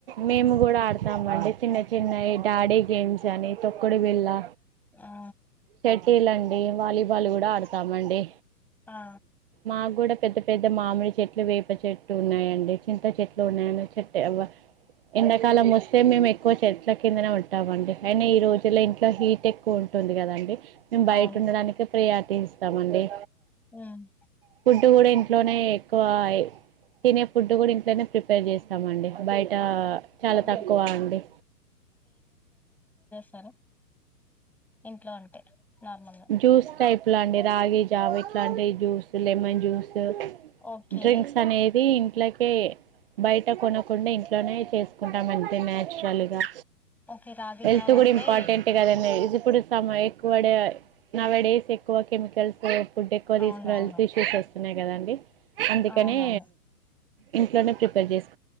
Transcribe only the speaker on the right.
మేము కూడా ఆడతామండి చిన్న చిన్నవి డాడీ గేమ్స్ అని తొక్కుడు బిళ్ళ
పెట్టిల్లండి వాలీబాల్ కూడా ఆడతామండి
మాకు కూడా పెద్ద పెద్ద మామిడి చెట్లు వేప చెట్టు ఉన్నాయండి చింత చెట్లు ఉన్నాయన్న చెట్టే అవ్వ ఎండకాలం వస్తే మేము ఎ క్కువ చెట్ల కిందనే ఉంటామండి అయినా ఈ రోజుల్లో ఇంట్లో హీట్ ఎక్కువ ఉంటుంది కదండి మేము బయట
ఉండడానికే ప్రయారిటీ ఇస్తామండి
ఫుడ్డు కూడ ఇన్ ట్లోనే ఎక్కువ తినే ఫుడ్ కూడా ఇంట్లోనే ప్రిపేర్ చేస్ అవును అండి బయట చాలా
తక్కువ అండి
జూస్ టైప్ లా అండి రాగి జావ ఇట్లాంటి juice lemon juice
drinks అనేది ఇంట్లో కే బయట కొనకుండా ఇంట్లోనే చేసుకుంటాం అంటే నేచురల్ గా
హెల్త్
కూడా
ఇంపార్టెంట్ కదండి ఇది కూడా సామాయిక వాడ నావెడే సేక్ క్కువ కెమికల్స్ ఫుడ్ ఎక్కువ
తీసుకున్న హెల్త్ ఇష్యూస్ వస్తున్నాయి కదండి అందుకనే
ఇంట్లోనే ప్రిపేర్ చేస్త